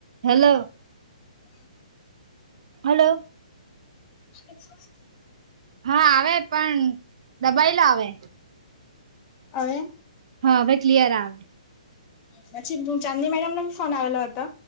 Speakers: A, on the right; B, on the left.
A: હેલો.
B: હા.
A: હાલો.
B: આવે છે અવાજ.
A: હા આવે પણ દબાયેલો આવે.
B: હવે.
A: હા હવે ક્લિયર આવે.
B: પછી ચાંદીની મેડમનો ફોન આવેલો હતો,